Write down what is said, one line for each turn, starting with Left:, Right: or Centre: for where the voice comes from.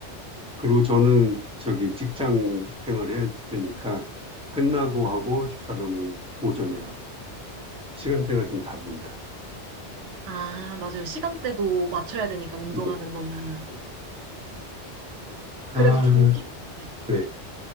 Centre: 그리고 저는 저기 직장 생활 해야 되니까 끝나고
Right: 아,
Centre: 하고 집사람은 오전에 하고 시간대가 좀 다릅니다.
Right: 아, 맞아요. 시간대도 맞춰야 되니까 운동하는
Centre: 예.
Right: 거는.
Centre: 예. 아,
Right: 그래도 조기, 네.
Centre: 네.